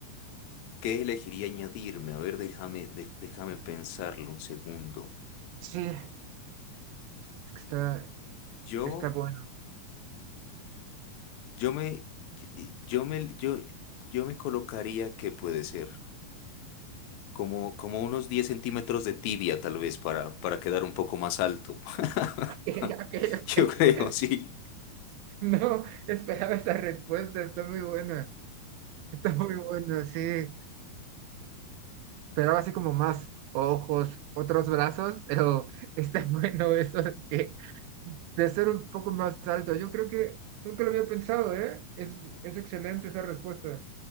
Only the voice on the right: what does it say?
Sí. Es que está,
está bueno. <laughs>
Ok,
ok, ok.
No esperaba esa respuesta, está muy buena. Está muy buena, sí. Esperaba así como más ojos, otros brazos, <laughs> pero está bueno eso de, que- de ser un poco más alto. Yo creo que nunca lo había pensado, ¿eh? Es, es excelente esa respuesta.